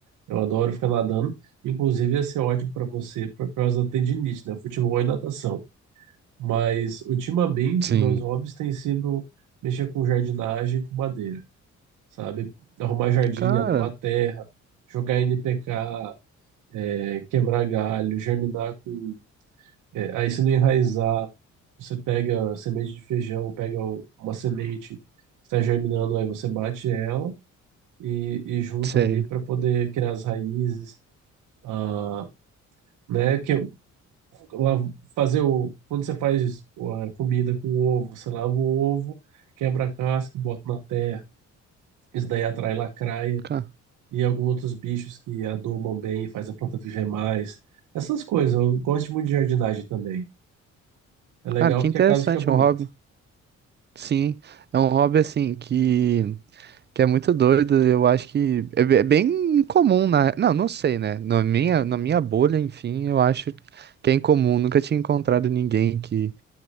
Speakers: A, on the right; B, on the right.
A: Eu adoro ficar nadando. Inclusive, ia ser ótimo para você por causa da tendinite, né? Futebol e natação. Mas, ultimamente,
B: Sim.
A: meus hobbies têm sido mexer com jardinagem e com madeira. sabe? Arrumar jardim,
B: Cara,
A: adubar terra, jogar NPK, é, quebrar galho, germinar com. é, aí se não enraizar, você pega a semente de feijão, pega o- uma semente que está germinando, aí você bate ela e, e junta
B: sei.
A: ali para poder criar as raízes, ah, né? Que lá fazer o quando você faz a comida com ovo, você lava o ovo, quebra a casca e bota na terra. Isso daí atrai lacraia.
B: Ca-
A: e alguns outros bichos que adubam bem e faz a planta viver mais. Essas coisas. Eu gosto muito de jardinagem também. É legal
B: Cara, que
A: porque
B: interessante,
A: a casa fica bonita.
B: é um hobby. Sim. É um hobby assim que. Que é muito doido, eu acho que é be- é bem comum na, não, não sei, né? Na minha, na minha bolha, enfim, eu acho que é incomum, nunca tinha encontrado ninguém que,